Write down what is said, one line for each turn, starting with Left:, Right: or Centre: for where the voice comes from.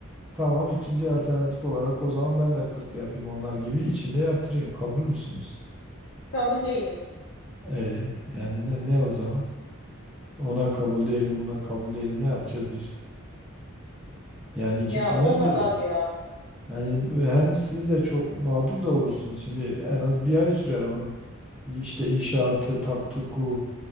Centre: tamam ikinci alternatif olarak o zaman ben de 40 yapayım onlar gibi içinde yaptırayım. Kabul müsünüz?
Left: Kabul değiliz.
Centre: E yani ne, ne o zaman? Ona kabul değilim buna kabul değilim ne yapacağız biz? Yani ikisinden
Left: Ya olmaz
Centre: biri.
Left: abi ya.
Centre: Yani hem siz de çok mağdur da olursunuz. Şimdi en az bir ay sürer onun işte inşaatı, taktuku.